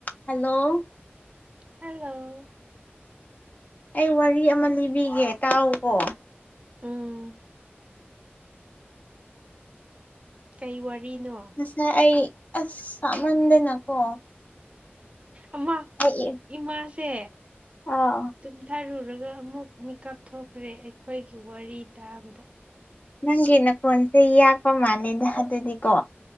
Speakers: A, on the left; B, on the right.
A: hello
B: hello
A: ꯑꯩ ꯋꯥꯔꯤ ꯑꯃ ꯂꯤꯕꯤꯒꯦ ꯇꯥꯎꯋꯣ
B: ꯎꯝ ꯀꯩ ꯋꯥꯔꯤꯅꯣ
A: ꯉꯁꯥꯏ ꯑꯩ ꯑꯁ ꯁꯥꯃꯟꯗꯅꯀꯣ
B: ꯑꯃ
A: ꯑꯩ
B: ꯏꯃꯥꯁꯦ
A: ꯑꯥ
B: ꯇꯨꯝꯊꯔꯨꯔ ꯑꯗꯨꯒ ꯑꯃꯨꯛ ꯃꯤꯀꯞ ꯊꯣꯛꯈ꯭ꯔꯦ ꯑꯩꯈꯣꯏꯒꯤ ꯋꯥꯔꯤ ꯇꯥꯕꯗ
A: ꯅꯪꯒꯤ ꯅꯀꯣꯟꯁꯦ ꯌꯥꯛꯄ ꯃꯥꯜꯂꯦꯗ ꯑꯗꯨꯗꯤꯀꯣ